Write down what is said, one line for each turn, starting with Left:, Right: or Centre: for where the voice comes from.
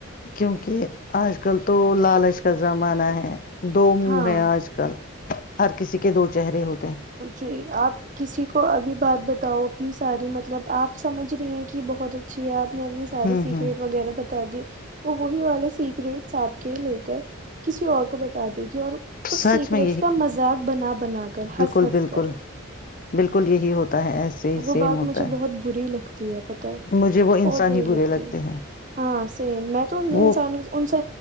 Left: کیونکہ آج کل تو لالچ کا زمانہ ہے دو منہ
Right: ہاں
Left: ہے آج کل ہر کسی کے دو چہرے ہو
Right: جی آپ کسی کو ابھی بات بتاؤ ساری مطلب آپ سمجھ رہی ہیں کہ بہت اچھی آپ نے اپنی ساری
Left: ہوں
Right: سیکریٹ
Left: ہوں
Right: وغیرہ بتا دی وہ وہی والے سیکریٹ سپ کے لے کر کسی اور کو بتا دی اور
Left: سچ
Right: اس سیکریٹس
Left: میں
Right: کا مذاق بنا بنا کر ہنس
Left: بکل
Right: ہنس
Left: بالکل
Right: کر
Left: بالکل یہی ہوتا ہے ایسے ہی
Right: وہ
Left: سیم
Right: بات
Left: ہوتا
Right: مجھے بہت بری لگتی ہے پتہ ہے
Left: مجھے وہ انسان
Right: بہت بری
Left: ہی برے
Right: لگتی
Left: لگتے
Right: ہے
Left: ہیں
Right: ہاں سیم میں تو ان
Left: وہ
Right: انسان ان سے